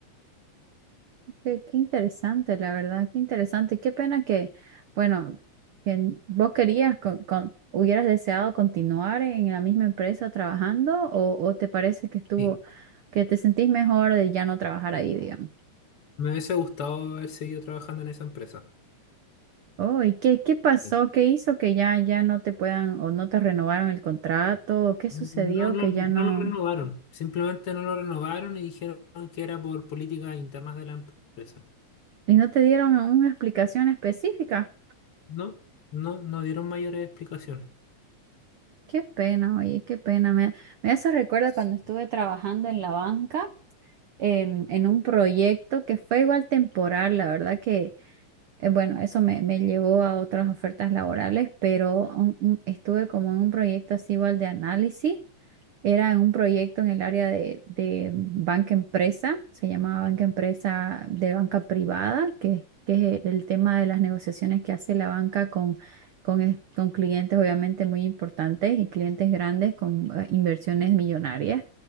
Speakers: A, on the right; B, on the left.
A: Qué, qué interesante, la verdad, qué interesante. Qué pena que, bueno, que n- vos querías, con, con- hubieras deseado continuar en la misma empresa trabajando o, o te parece que estuvo,
B: Sí,
A: que te sentís mejor de ya no trabajar ahí, digamos.
B: me hubiese gustado haber seguido trabajando en esa empresa.
A: Oh, ¿y qué, qué pasó?
B: Sí.
A: ¿Qué hizo que ya, ya no te puedan o no te renovaron el contrato? ¿Qué sucedió
B: No, no,
A: que
B: no
A: ya no...
B: lo renovaron, simplemente no lo renovaron y dijeron que era por políticas internas de la empresa.
A: Y no te dieron una explicación específica.
B: No, no, no dieron mayores explicaciones.
A: Qué pena, oye, qué pena. Me, me hace recuerdo
B: Sí.
A: cuando estuve trabajando en la banca, em, en un proyecto que fue igual temporal, la verdad que, eh, bueno, eso me, me llevó a otras ofertas laborales, pero un- un- estuve como en un proyecto así igual de análisis. Era un proyecto en el área de, de banca empresa, se llamaba banca empresa de banca privada, que, que es el tema de las negociaciones que hace la banca con, con, es- con clientes obviamente muy importantes y clientes grandes con eh, inversiones millonarias,